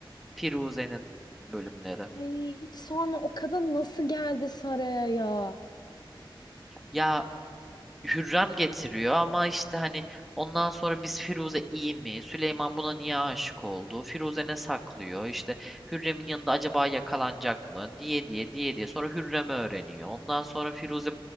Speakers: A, in the centre; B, on the left.
A: Firuze'nin bölümleri.
B: Ay hiç sorma o kadın nasıl geldi saraya ya?
A: Ya Hürrem getiriyor ama işte hani ondan sonra biz Firuze iyi mi? Süleyman buna niye aşık oldu? Firuze ne saklıyor? İşte Hürrem'in yanında acaba yakalanacak mı? Diye diye diye diye. Sonra Hürrem'i öğreniyor. Ondan sonra Firuze